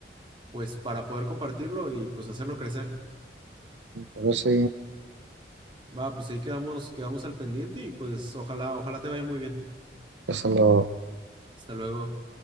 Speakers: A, on the right; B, on the right.
A: pues para poder compartirlo y pues hacerlo crecer.
B: Pero sí,
A: Va, pues ahí quedamos, quedamos al pendiente y pues ojalá, ojalá te vaya muy bien.
B: eso lo
A: Hasta luego.